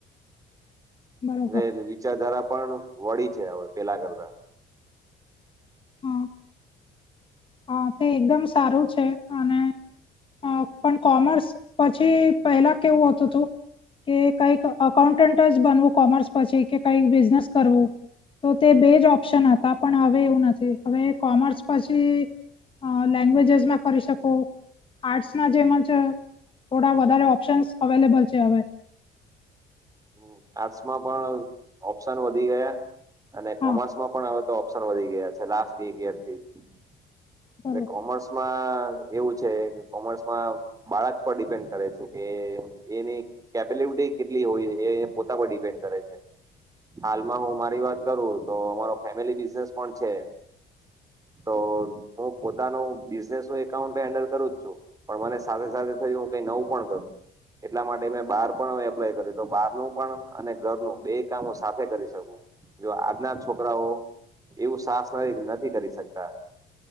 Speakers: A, on the left (about 30°); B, on the right (about 20°).
A: બરોબર
B: એ વિચારધારા પણ વળી છે હવે પેલા કરતા
A: હમ હ તે એકદમ સારું છે અને અ પણ કોમર્સ પછી પહેલા કેવું હતું તું કે કઈક અકાઉન્ટન્ટ જ બનવું કોમર્સ પછી કે કઈક બિઝનેસ કરવું તો તે બે જ ઓપ્શન હતા પણ હવે એવું નથી હવે કોમર્સ પછી લેંગ્વેજસમાં કરી શકો આર્ટ્સ ના જેમ જ થોડા વધારે ઓપ્શન્સ અવેલેબલ છે હવે
B: હ આર્ટસમાં પણ ઓપ્શન વધી ગયા અને
A: હા
B: કોમર્સમાં પણ આવે તો ઓપ્શન તર વધી ગયા <unintelligible>
A: બરોબર
B: ને કોમર્સ એવું છે કે કોમર્સમાં બાળક પર ડિપેન્ડ કરે છે કે એની કેપેબિલિટી કેટલી હોય એ પોતા પર ડિપેન્ડ કરે છે. હાલમાં હું મારી વાત કરું તો અમારો ફેમિલી બિઝનેસ પણ છે. તો હું પોતાનું બિઝનેસું એકાઉન્ટ હેન્ડલ કરું જ છું. પણ મને સાથે સાથે થયું હું કઈ નવું પણ કરું એટલા માટે મેં બાર પણ એપ્લાય કર્યું તો બહારનું પણ અને ઘરનું બે કામો સાથે કરી શકવું જો આજના છોકરાઓ એવું સાસ નથી નથી કરી શકતા